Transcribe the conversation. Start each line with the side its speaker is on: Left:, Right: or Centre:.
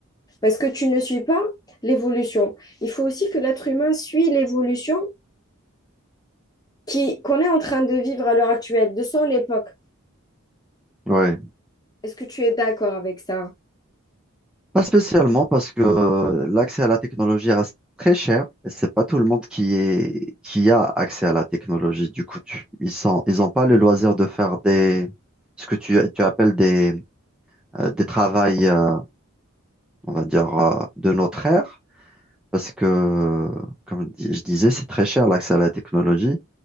Left: parce que tu ne suis pas l'évolution. Il faut aussi que l'être humain suit l'évolution qui, qu'on est en train de vivre à l'heure actuelle, de son époque.
Centre: Ouais.
Left: Est-ce que tu es d'accord avec ça?
Centre: Pas spécialement parce que euh, l'accès à la technologie reste très cher et c'est pas tout le monde qui est, qui a accès à la technologie. Du coup, tu- ils sont, ils ont pas le loisir de faire des, ce que tu, tu appelles des, euh, des travails, euh, on va dire, euh, de notre ère. Parce que, comme je dis- je disais, c'est très cher l'accès à la technologie.